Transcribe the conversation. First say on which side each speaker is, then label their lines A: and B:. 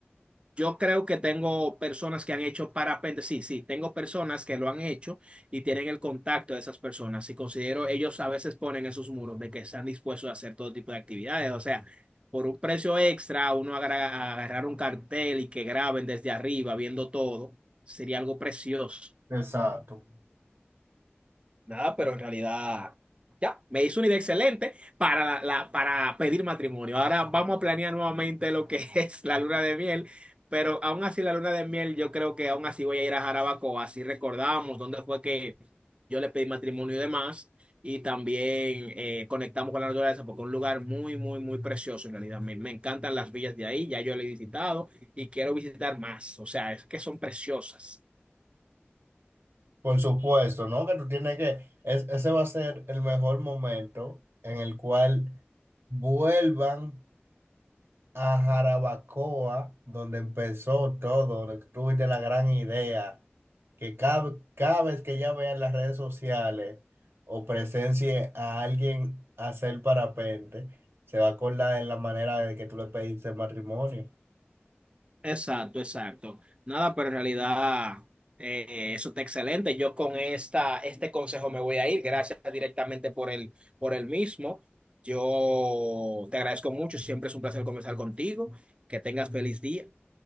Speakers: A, on the right; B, on the right.
A: Yo creo que tengo personas que han hecho parapente, sí, sí, tengo personas que lo han hecho y tienen el contacto de esas personas. Y considero, ellos a veces ponen esos muros de que están dispuestos a hacer todo tipo de actividades. O sea, por un precio extra, uno agra- agarrar un cartel y que graben desde arriba viendo todo, sería algo precioso.
B: Exacto.
A: Nada, pero en realidad ya me hizo una idea excelente para, la, la- para pedir matrimonio. Ahora vamos a planear nuevamente lo que <laughs> es la luna de miel, pero aún así la luna de miel yo creo que aún así voy a ir a Jarabacoa, así recordamos dónde fue que yo le pedí matrimonio y demás, y también eh, conectamos con la naturaleza porque es un lugar muy, muy, muy precioso en realidad. Me, me encantan las villas de ahí, ya yo lo he visitado y quiero visitar más, o sea, es que son preciosas.
B: Por supuesto, ¿no? Que tú tienes que, es- ese va a ser el mejor momento en el cual vuelvan a Jarabacoa, donde empezó todo, donde tú tuviste la gran idea, que cada, cada vez que ya vean las redes sociales o presencie a alguien hacer parapente, se va a acordar en la manera de que tú le pediste matrimonio.
A: Exacto, exacto. Nada, pero en realidad eh, eso está excelente. Yo con esta, este consejo me voy a ir. Gracias directamente por el, por el mismo. Yo te agradezco mucho. Siempre es un placer conversar contigo. Que tengas feliz día.